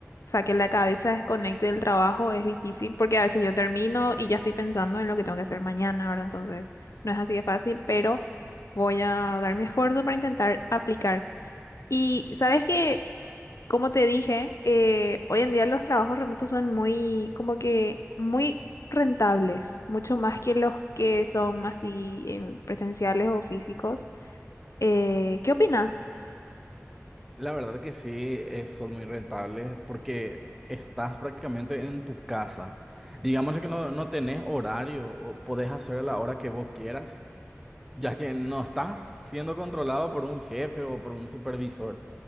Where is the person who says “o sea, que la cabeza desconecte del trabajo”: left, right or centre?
Left